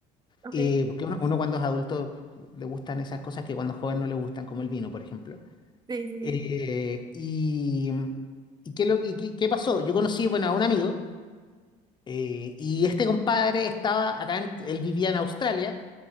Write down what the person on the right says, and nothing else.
Ok.
Sí, sí, sí.